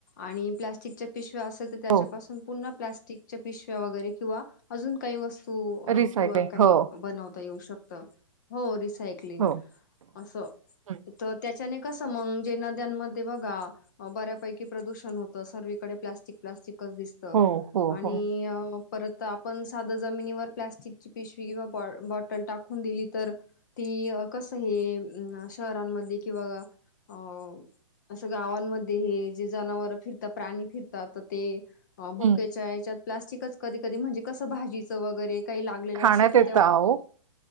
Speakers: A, on the left; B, on the right.
A: आणि प्लॅस्टिक च्या पिशव्या असेल तर त्याच्यापासून
B: हो.
A: पुन्हा प्लास्टिकच्या पिशव्या वगैरे किंवा अजून काही वस्त तू
B: रिसायकलिंग
A: किंवा काही
B: हो,
A: बनवता येऊ शक ता हो रिसायक्लिंग
B: हो.
A: असं.
B: हं.
A: त्याच्याने कस मग जे नद्यांमध्ये बघा बऱ्यापैकी प्रदूषण होत. सगळीकडे प्लास्टिक प्लास्टिक कसं दिसत
B: हो, हो,
A: आणि
B: हो.
A: परत आपण साध जमिनीवर प्स्टिकची पिशवी किवा बॉटल टाकून दिली तर ती कस हे अ अस शहरांमध्ये किंवा अ असं गावांमध्ये हे जे जनावर फिरतात प्राणी फिरतात तर ते, भुकेच्या
B: हं.
A: याच्यात प्लास्टिक कधी कधी म्हणजे कसं भाजीचं वगैरे का ला
B: खाण्यात
A: असल
B: येतं अहो.